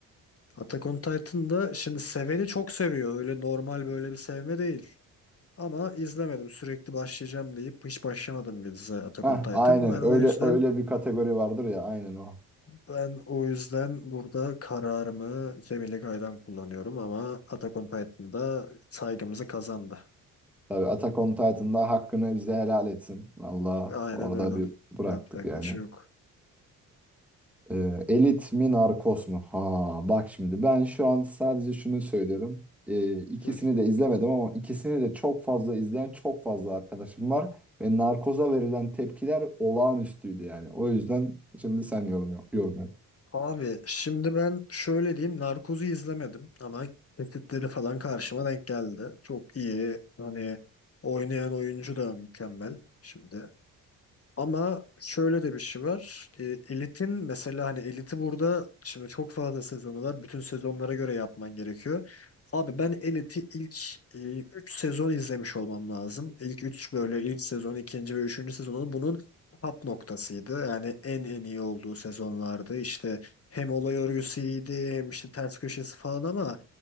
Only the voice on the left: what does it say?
Attack on Titan'da şimdi seveni çok seviyor. Öyle normal böyle bir sevme değil. Ama izlemedim. Sürekli başlayacağım deyip hiç başlamadım bir dizi Attack
on Titan.
Ben o
yüzden
ben o yüzden burada kararımı Cemile Gay'dan kullanıyorum ama Attack on Titan'da saygımızı kazandı.
Aynen
öyle.
Yapacak
bir şey yok.
Hı.
Abi şimdi ben şöyle diyeyim. Narkoz'u izlemedim ama kesitleri falan karşıma denk geldi. Çok iyi. Hani oynayan oyuncu da mükemmel. Şimdi Ama şöyle de bir şey var. E, elitin mesela hani eliti burada şimdi çok fazla sezonu var. Bütün sezonlara göre yapman gerekiyor. Abi ben Elit'i ilk e, 3 sezon izlemiş olmam lazım. İlk 3 böyle ilk sezon, ikinci ve üçüncü sezonun bunun top noktasıydı. Yani en en iyi olduğu sezonlardı. İşte hem olay örgüsü iyiydi hem işte ters köşesi falan ama